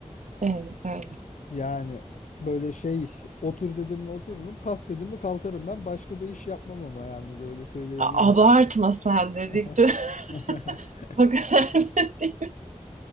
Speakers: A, on the right; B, on the left.
A: Evet, öyle.
B: Yani böyle şey otur dedim mi otururum, kalk dedim mi kalkarım ben. Başka da iş yapmam ama yalnız öyle söyleyebilirim.
A: A- Abartma sen dedik
B: <laughs>
A: de <laughs> o kadar da değil.